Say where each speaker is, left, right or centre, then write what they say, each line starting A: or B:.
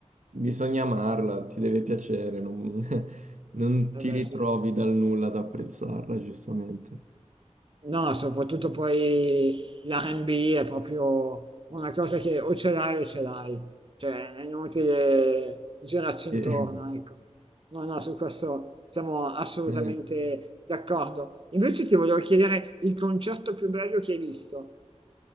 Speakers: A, on the right; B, on the right.
A: bisogna amarla, ti deve piacere, non, <laughs> non
B: Eh
A: ti
B: beh,
A: ritrovi
B: sì.
A: dal nulla ad apprezzarla, giustamente.
B: No, soprattutto poi l'R&B è proprio una cosa che o ce l'hai o ce l'hai, cioè è inutile girarci intorno,
A: E-
B: ecco. No, no, su questo siamo assolutamente
A: <laughs> eh,
B: d'accordo. Invece ti volevo chiedere il concerto più bello che hai visto,